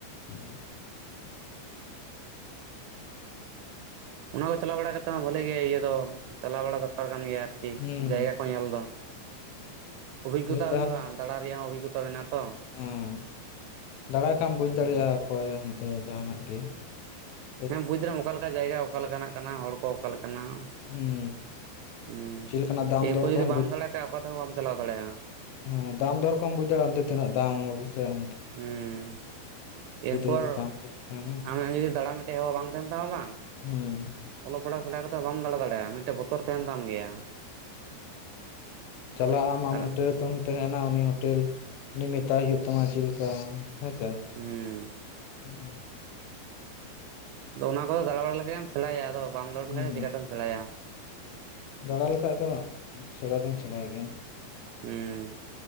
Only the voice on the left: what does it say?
ᱷᱩᱸᱦ ᱾
ᱦᱮᱸ
ᱢᱤᱫ
ᱩᱸᱦ, ᱫᱟᱲᱟᱭ ᱠᱷᱟᱢ ᱵᱩᱡᱽ ᱫᱟᱲᱮᱭᱟᱜᱼᱟ ᱚᱠᱚᱭ ᱦᱟᱱᱛᱮ ᱡᱟᱦᱟᱱᱟᱜ ᱜᱮ ᱾
ᱦᱩᱸ
ᱪᱮᱫ ᱞᱮᱠᱟᱱᱟᱜ ᱫᱟᱢ
ᱫᱚᱨ
ᱠᱚᱦᱚᱢ
ᱮᱸ ᱫᱟᱢ ᱫᱚᱨ ᱠᱚᱢ ᱵᱩᱡᱽ ᱫᱟᱲᱮᱭᱟᱜᱼᱟ ᱚᱱᱛᱮ ᱛᱤᱱᱟᱹᱜ ᱫᱟᱢ ᱟᱯᱮ ᱥᱮᱜ?
ᱡᱩᱫᱟᱹ ᱫᱟᱢ ᱠᱚ ᱛᱟᱦᱮᱱᱟ
ᱦᱩᱸᱻ ᱾
ᱪᱟᱞᱟᱜ ᱟᱢ ᱟᱢ
ᱦᱳᱴᱮᱹᱞ ᱱᱤᱛᱚᱢ ᱛᱟᱦᱮᱱᱟ ᱩᱱᱤ ᱦᱳᱴᱮᱹᱞ ᱩᱱᱤ ᱢᱮᱛᱟᱭ ᱦᱩᱭᱩᱜ ᱛᱟᱢᱟ ᱪᱮᱫ ᱞᱮᱠᱟ ᱦᱮᱸ ᱥᱮ?
ᱥᱩ---ᱜ ᱾
ᱦᱩᱸ
ᱫᱟᱬᱟ ᱞᱮᱠᱷᱟᱡ ᱫᱚᱜ ᱥᱮᱬᱟ ᱫᱚᱢ ᱥᱮᱬᱟᱭ ᱜᱮᱭᱟ ᱾